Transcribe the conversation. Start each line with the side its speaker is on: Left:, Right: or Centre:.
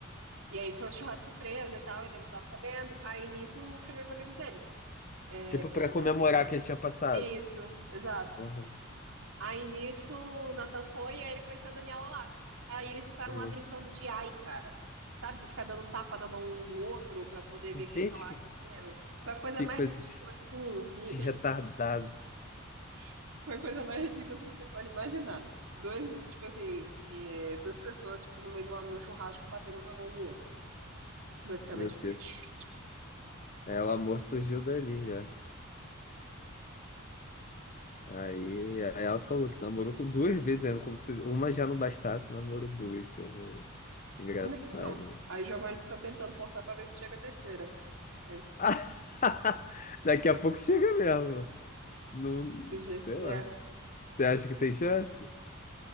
Right: E aí foi um churrasco surpresa e tal, ele não tava sabendo. Aí nisso eu chamei os amigos dele, é,
Left: Tipo,
Right: que
Left: pra
Right: era
Left: comemorar
Right: assim, mas.
Left: que ele tinha passado.
Right: Isso, exato.
Left: Aham.
Right: Aí nisso, o Nathan foi e aí ele conheceu a Daniela lá. Aí eles ficaram
Left: Uhum.
Right: lá brincando de ai, cara. Sabe? De ficar dando tapa na mão um do outro pra poder ver
Left: Gente,
Right: quem fala
Left: que,
Right: ai primeiro. Foi a coisa
Left: que
Right: mais
Left: coisa
Right: ridícula,
Left: de,
Right: assim, que...
Left: de retardado.
Right: <laughs> Foi a coisa mais ridícula, assim, que você pode imaginar. Dois, tipo assim, eh, duas pessoas, tipo, no meio de uma, no churrasco, batendo na mão do outro. Basicamente
Left: Meu Deus.
Right: foi isso.
Left: É, o amor surgiu dali já. Aí, aí ela falou que namorou com duas vezes ainda, como se uma já não bastasse, namorou duas, que eu não... Que engraçado.
Right: Então, aí o Giovanni fica tentando forçar pra ver se chega a terceira. né?
Left: <laughs> Daqui a pouco chega mesmo. Não,
Right: Do jeito
Left: sei
Right: que
Left: lá.
Right: é.
Left: Você acha que tem chance?